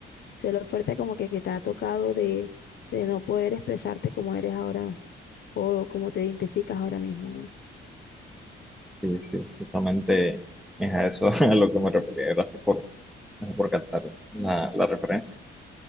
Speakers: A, on the left; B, in the centre.
A: Sé lo fuerte como que, que te ha tocado de, de no poder expresarte como eres ahora o como te identificas ahora mismo, ¿no?
B: Sí, sí, justamente es a eso <laughs> a lo que me refería. Gracias por, gracias por captar la, la referencia.